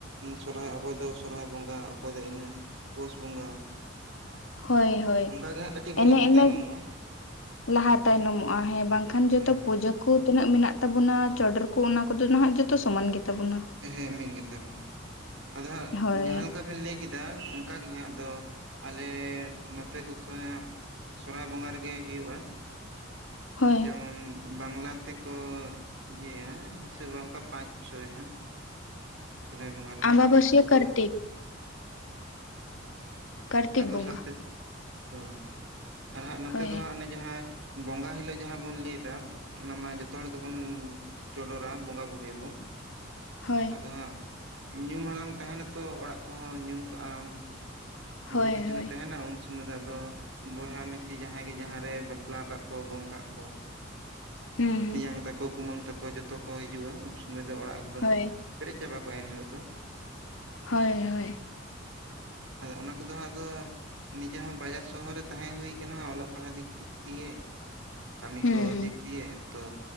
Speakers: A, on the right; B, on the left.
A: ᱥᱚᱨᱦᱟᱭ ᱚᱠᱚᱭ ᱫᱚ ᱥᱚᱨᱦᱟᱭ ᱵᱚᱸᱜᱟ ᱚᱠᱚᱭ ᱫᱚ ᱤᱱᱟᱹ ᱯᱩᱥ ᱵᱚᱸᱜᱟ
B: ᱦᱳᱭ ᱦᱳᱭ
A: ᱚᱱᱠᱟ ᱜᱮ ᱦᱟᱸᱜ ᱠᱟᱹᱴᱤᱡ ᱵᱚᱱ
B: ᱚᱱᱮ
A: ᱞᱟᱦᱟ ᱛᱟᱭᱱᱚᱢᱚᱜᱼᱟ
B: ᱤᱱᱟᱹ ᱞᱟᱦᱟ ᱛᱟᱭᱱᱚᱢᱚᱜᱼᱟ ᱦᱮᱸ ᱵᱟᱝᱠᱷᱟᱱ ᱡᱚᱛᱚ
A: ᱦᱮᱸ
B: ᱯᱩᱡᱟᱹ ᱠᱚ ᱛᱤᱱᱟᱹᱜ ᱢᱮᱱᱟᱜ ᱛᱟᱵᱚᱱᱟ ᱪᱚᱰᱚᱨ ᱠᱚ ᱚᱱᱟ ᱠᱚᱫᱚ ᱱᱟᱦᱟᱜ ᱡᱚᱛᱚ ᱥᱚᱢᱟᱱ ᱜᱮᱛᱟᱵᱚᱱᱟ
A: ᱦᱮᱸ ᱢᱤᱫ ᱜᱮᱛᱟ ᱵᱚᱱᱟ ᱟᱫᱚ ᱦᱟᱸᱜ
B: ᱦᱳᱭ
A: ᱡᱟᱦᱟᱸ ᱞᱮᱠᱟᱵᱤᱱ ᱞᱟᱹᱭ ᱠᱮᱫᱟ ᱚᱱᱠᱟᱜ ᱜᱮ ᱦᱟᱸᱜ ᱟᱫᱚ ᱟᱞᱮ ᱱᱚᱛᱮ ᱠᱚᱥ ᱦᱟᱸᱜ ᱥᱚᱨᱦᱟᱭ ᱵᱚᱸᱜᱟ ᱨᱮᱜᱮ ᱦᱩᱭᱩᱜᱼᱟ
B: ᱦᱳᱭ
A: ᱡᱮᱢᱚᱱ ᱵᱟᱝᱞᱟ ᱛᱮᱠᱚ ᱤᱭᱟᱹᱭᱟ ᱦᱤᱥᱟᱹᱵᱟ ᱚᱝᱠᱟ ᱯᱟᱸᱪ ᱪᱷᱚᱭ ᱦᱟᱸᱜ ᱥᱚᱦᱚᱨᱟᱭ ᱵᱚᱸᱜᱟ ᱨᱮᱱᱟᱜ
B: ᱟᱢᱵᱟᱵᱟᱹᱥᱭᱟᱹ
A: ᱛᱚ
B: ᱠᱟᱨᱛᱮ ᱠᱟᱨᱛᱤᱠ
A: ᱚᱱᱠᱟ ᱫᱚᱥᱟᱨ
B: ᱵᱚᱸᱜᱟ
A: ᱛᱮ ᱦᱳᱭ ᱟᱨ ᱦᱟᱸᱜ ᱱᱚᱛᱮ
B: ᱦᱳᱭ
A: ᱫᱚ ᱦᱟᱸᱜ ᱚᱱᱮ ᱡᱟᱦᱟᱸ ᱵᱚᱸᱜᱟ ᱦᱤᱞᱳᱜ ᱡᱟᱦᱟᱸ ᱵᱚᱱ ᱞᱟᱹᱭ ᱮᱫᱟ ᱚᱱᱟ ᱢᱟ ᱡᱚᱛᱚ ᱦᱚᱲ ᱜᱮᱵᱚᱱᱻ ᱪᱚᱰᱚᱨᱟ, ᱵᱚᱸᱜᱟ ᱵᱩᱨᱩᱭᱟᱵᱚᱱ
B: ᱦᱳᱭ
A: ᱟᱫᱚ ᱦᱟᱸᱜ ᱧᱩᱢ ᱦᱟᱞᱟᱝ ᱛᱟᱦᱮᱱᱟᱛᱚ, ᱚᱲᱟᱜ ᱠᱚᱦᱚᱸ ᱧᱩᱢ ᱠᱟᱜᱼᱟᱢ
B: ᱦᱳᱭ
A: ᱵᱩᱦᱩ ᱠᱤᱪᱷᱩ
B: ᱦᱳᱭ
A: ᱜᱮ ᱛᱟᱦᱮᱱᱟ ᱩᱱ ᱥᱚᱢ ᱥᱚᱢᱚᱭ ᱫᱚ ᱟᱫᱚ, ᱵᱚᱭᱦᱟ ᱢᱤᱥᱤ ᱡᱟᱦᱟᱸᱭ ᱜᱮ ᱡᱟᱦᱟᱸᱨᱮ ᱵᱟᱯᱞᱟ ᱠᱟᱜ ᱠᱚ ᱜᱚᱝ ᱠᱟᱜ ᱠᱚ
B: ᱦᱩᱸ ᱦᱩᱸ
A: ᱛᱮᱧᱟᱝ ᱛᱟᱠᱚ, ᱠᱩᱢᱟᱹᱝ ᱛᱟᱠᱚ ᱡᱚᱛᱚ ᱠᱚ ᱦᱤᱡᱩᱜᱼᱟ ᱩᱱᱚᱥᱚᱢᱚᱭ ᱥᱚᱢᱚᱭ ᱫᱚ ᱚᱲᱟᱜ ᱮᱠᱫᱚᱢ
B: ᱦᱳᱭ
A: ᱯᱮᱨᱮᱡ ᱪᱟᱵᱟ ᱠᱚᱜᱼᱟ, ᱮᱱᱦᱤᱞᱳᱜ ᱫᱚ
B: ᱦᱳᱭ ᱦᱳᱭ
A: ᱟᱫᱚ ᱚᱱᱟ ᱠᱚᱫᱚ ᱦᱟᱸᱜ ᱫᱚ, ᱱᱤᱡᱮ ᱦᱚᱸ ᱵᱟᱡᱟᱨ ᱥᱚᱦᱚᱨ ᱨᱮ ᱛᱟᱦᱮᱸ ᱦᱩᱭ ᱠᱟᱱᱟ ᱚᱞᱚᱜ ᱯᱟᱲᱦᱟᱜ ᱫᱤᱠ ᱛᱤᱠ ᱛᱮᱜᱮ ᱠᱟᱹᱢᱤ
B: ᱦᱩᱸ
A: ᱠᱚ
B: ᱦᱩᱸ
A: ᱫᱤᱠ ᱫᱤᱭᱮ ᱛᱚ